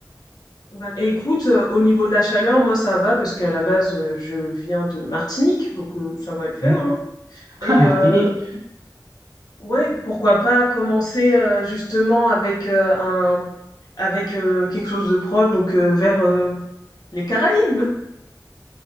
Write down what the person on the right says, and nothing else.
Hmm.
<laughs> Ah, Martinique.